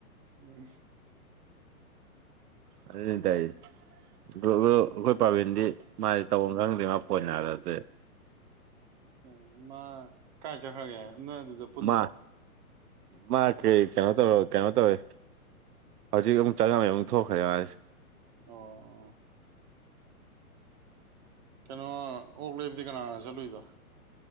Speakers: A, on the right (about 30°); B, on the right (about 85°).
A: ꯎꯝ
B: ꯑꯗꯨ ꯇꯥꯏꯗꯤ ꯨꯞ ꯑꯩꯈꯣꯏ ꯄꯥꯕꯤꯟꯗꯤ ꯃꯥꯗꯤ ꯇꯧ ꯈꯪꯗ꯭ꯦ ꯃꯥ ꯄꯣꯏꯅꯥꯗ ꯑꯗꯨꯗꯤ
A: ꯏ ꯃꯥ ꯀꯥꯏ ꯆꯈ꯭ꯔꯒꯦ ꯅꯣꯏ ꯑꯗꯨꯗ ꯄꯨꯟꯗ꯭ꯔꯣ
B: ꯃꯥ ꯃꯥ ꯀꯩ ꯀꯩꯅꯣ ꯇꯧꯔꯣ ꯀꯩꯅꯣ ꯇꯧꯋꯦ ꯍꯧꯖꯤꯛ ꯑꯃꯛ ꯆꯉꯝꯃꯩ ꯑꯃꯨꯛ ꯊꯣꯛꯈ꯭ꯔꯦ ꯌꯥꯔꯁꯤ
A: ꯑꯣ ꯀꯩꯅꯣ ꯑꯣꯛꯂꯦꯕꯗꯤ ꯀꯅꯥ ꯆꯠꯂꯨꯏꯕ